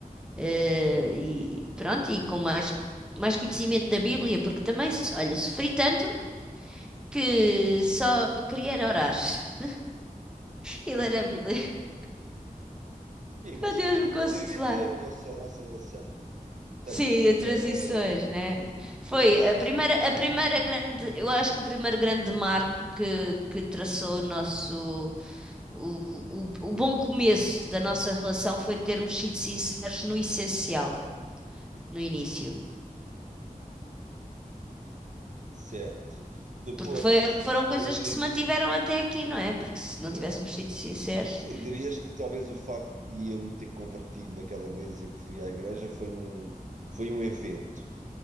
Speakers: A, in the centre; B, on the right.
A: eh, e pronto, e com mais, mais conhecimento da Bíblia, porque também, olha, sofri tanto que só queria era orar. <laughs> e ler a Bíblia. <laughs>
B: sim, mas
A: Para Deus
B: eh,
A: me consolar.
B: relativamente à nossa, à nossa relação, ou
A: Sim,
B: seja,
A: a transições,
B: eh,
A: né? Foi
B: transições
A: a primeira,
B: tipo,
A: a primeira
B: hum,
A: grande, eu acho que o primeiro grande marco que, que traçou o nosso, o, o, o bom começo da nossa relação foi termos sido sinceros no essencial, no início.
B: certo. Depois,
A: Porque foi- foram coisas
B: outra.
A: que
B: ev-
A: se mantiveram até aqui, não é? Porque se não
B: Yeah.
A: tivéssemos sido sinceros.
B: Sim, dirias que talvez o facto de eu me ter convertido naquela vez em que fui à igreja foi um, foi um evento